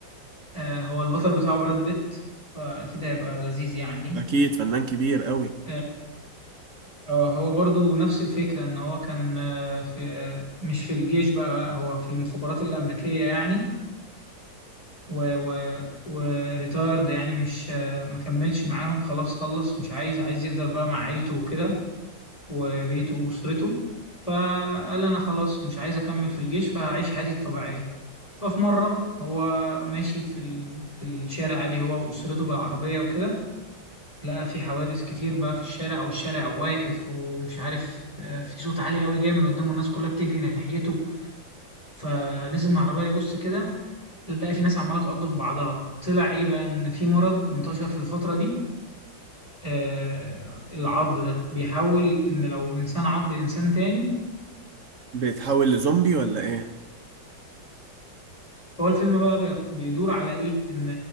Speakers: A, on the left; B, on the right.
A: آه، هو البطل بتاعه براد بيت فأكيد هيبقى لذيذ يعني
B: اكيد فنان كبير قوي
A: آه آه، هو برضو نفس الفكرة إن هو كان آه، في مش في الجيش بقى لا هو في المخابرات الأمريكية يعني و و وريتايرد يعني مش آه، مكملش معاهم خلاص خلص مش عايز عايز يفضل بقى مع عيلته وكده وبيته وأسرته فقال أنا خلاص مش عايز أكمل في الجيش فهعيش حياتي الطبيعية ففي مرة هو ماشي في, ال... في الشارع عادي هو وأسرته بالعربية وكده لقى في حوادث كتير بقى في الشارع والشارع واقف ومش عارف آه، في صوت عالي قوي جاي من قدامه الناس كلها بتجري ناحيته فنزل من العربية يبص كده لقى في ناس عمالة تعض في بعضها طلع إيه بقى إن في مرض انتشر في الفترة دي آه، العض ده بيحول ان لو انسان عض انسان تاني
B: بيتحول لزومبي ولا ايه
A: هو الفيلم بقى بي- بيدور على ايه ان